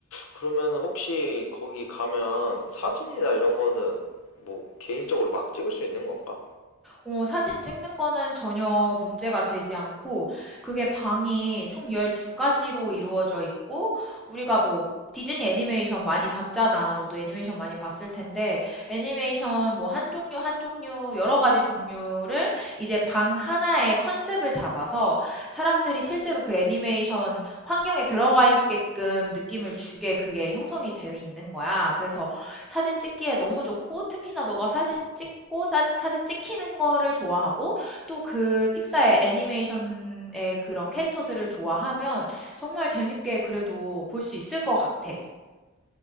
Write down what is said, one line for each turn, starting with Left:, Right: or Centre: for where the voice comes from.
Left: 그러면 혹시 거기 가면 사진이나 이런 거는 뭐 개인적으로 막 찍을 수 있는 건가?
Centre: 어, 사진 찍는 거는 전혀 문제가 되지 않고, 그게 방이 총 12가지로 이루어져 있고, 우리가 뭐, 디즈니 애니메이션 많이 봤잖아. 너도 애니메이션 많이 봤을 텐데, 애니메이션 뭐 한 종류, 한 종류, 여러 가지 종류를 이제 방 하나의 컨셉을 잡아서 사람들이 실제로 그 애니메이션 환경에 들어가 있게끔 느낌을 주게 그게 형성이 되어 있는 거야. 그래서 사진 찍기에 너무 좋고 특히나 너가 사진 찍고 사, 사진 찍히는 거를 좋아하고 또 그 픽사의 애니메이션의 그런 캐릭터들을 좋아하면 정말 재밌게 그래도 볼 수 있을 것 같아.